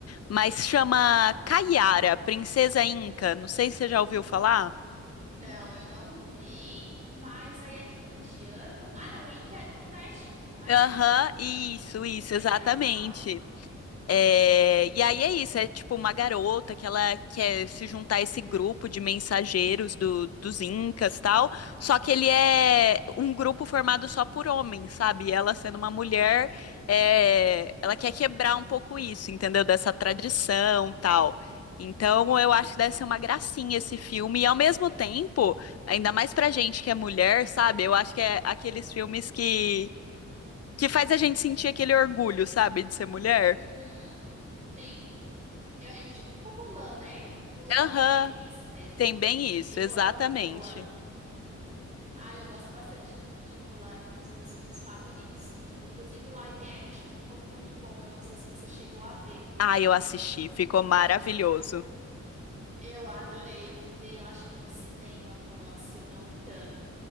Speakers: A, on the left; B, on the right.
A: mas
B: sim.
A: chama Kaiara, Princesa Inca. Não sei se você já ouviu falar.
B: Não, eu não vi, mas aí é tipo indiano? Ah, não, Inca é do México, não é?
A: Aham, isso, isso,
B: Que legal.
A: exatamente. É, e aí é isso, é tipo uma garota que ela quer se juntar a esse grupo de mensageiros do- dos Incas tal, só que ele é um grupo formado só por homens, sabe? E ela sendo uma
B: Uhum.
A: mulher, é, ela quer quebrar um pouco isso, entendeu? Dessa tradição tal. Então eu acho que deve ser uma gracinha esse filme, e ao mesmo tempo, ainda mais pra gente que é mulher, sabe? Eu acho que é aqueles filmes que, que faz a gente sentir aquele orgulho, sabe, de ser mulher.
B: Uhum. Sim. Eu- é que tipo Mulan, né? Mulan
A: Aham.
B: tem bem isso mesmo.
A: Tem bem isso,
B: Eu
A: exatamente.
B: amo Mulan. Ah, eu gosto bastante de Mulan, é um dos meus filmes favoritos. Inclusive, o live action ficou muito bom. Eu não sei se você chegou a ver,
A: Ah, eu assisti,
B: mas ficou muito
A: ficou
B: legal.
A: maravilhoso.
B: Eu adorei. Eu fui ver, eu acho que no cinema, Mulan, se eu não me engano.